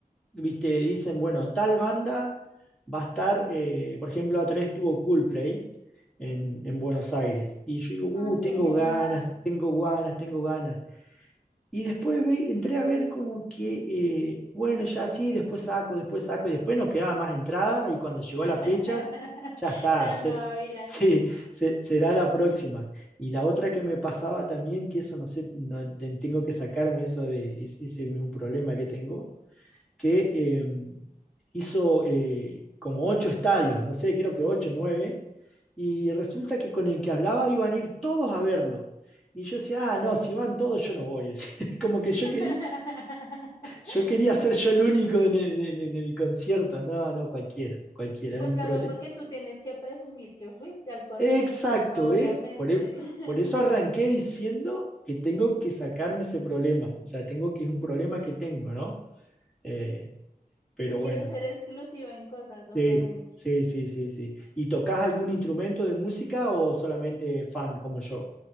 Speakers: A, in the centre; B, on the left.
A: ¿Viste? Dicen, bueno, tal banda va a estar, eh, por ejemplo, a través tuvo Coldplay en, en Buenos Aires. Y yo digo, uh,
B: Ay,
A: tengo
B: qué genial.
A: ganas, tengo ganas, tengo ganas. Y después ve- entré a ver como que, eh, bueno, ya sí, después saco, después saco, y después no quedaba más entrada, y cuando llegó
B: <laughs>
A: la fecha, ya está,
B: Ya
A: ser-
B: no había.
A: <laughs> sí, se- será la próxima. Y la otra que me pasaba también, que eso no sé, no- de- tengo que sacarme eso de, es- ese es un problema que tengo, que eh, hizo eh, como ocho estadios, no sé, creo que ocho, nueve, y resulta que con el que hablaba iban a ir todos a verlo. Y yo decía, ah, no, si van todos, yo no voy. <laughs> Como que
B: <laughs>
A: yo quería, yo quería ser yo el único en el, en el- en el concierto. No, no, cualquiera, cualquiera,
B: Pues
A: es un
B: claro,
A: problema.
B: porque tú tienes que presumir que fuiste al concierto,
A: Exacto,
B: obviamente.
A: ¿eh? Por, e- por
B: <laughs>
A: eso arranqué diciendo que tengo que sacarme ese problema. O sea, tengo que es un problema que tengo, ¿no? Eh, pero
B: Tú quieres
A: bueno,
B: ser exclusivo en cosas, obviamente.
A: Sí, sí, sí, sí, sí. ¿Y tocas algún instrumento de música o solamente fan como yo?